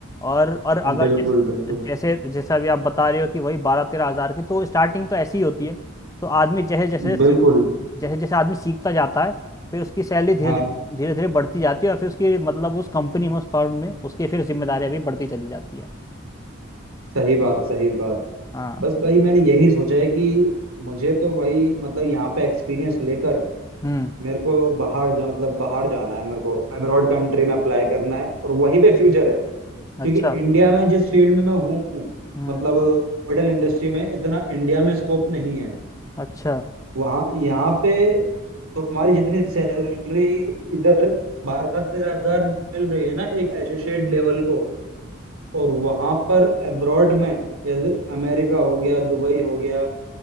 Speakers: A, on the left; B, on the right.
A: और और अगर
B: बिल्कुल
A: जैसे
B: बिल्कुल
A: जैसे जैसा अभी आप बता रहे हो कि वही बारह तेरह हज़ार की तो स्टार्टिंग तो ऐसी ही होती है तो आदमी जैसे जैसे सीख
B: बिल्कुल
A: जैसे जैसे आदमी सीखता जाता है फिर उसकी सैलरी धीरे
B: हाँ
A: धीरे धीरे धीरे बढ़ती जाती है और फिर उसकी मतलब उस कंपनी में उस फर्म में उसकी फिर जिम्मेदारियां भी बढ़ती चली जाती है
B: सही बात सही बात
A: हाँ
B: बस भाई मैंने यही सोचा है कि मुझे तो भाई मतलब यहाँ पे एक्सपीरियंस लेकर
A: हम्म
B: मेरे को बाहर जा मतलब बाहर जाना है मेरे को अब्रॉड कंट्री में अप्लाई करना है और वहीं पे फ्यूचर है क्योंकि
A: अच्छा
B: इंडिया में जिस फील्ड में मैं हूँ
A: हम्म
B: मतलब होटल इंडस्ट्री में इतना इंडिया में स्कोप नहीं है
A: अच्छा
B: वहाँ यहाँ पे तुम्हारी जितनी सैलरी इधर बारह तेरह हजार मिल रही है ना एक एसोसिएट लेवल को और वहां पर अब्रॉड में जैसे अमेरिका हो गया दुबई हो गया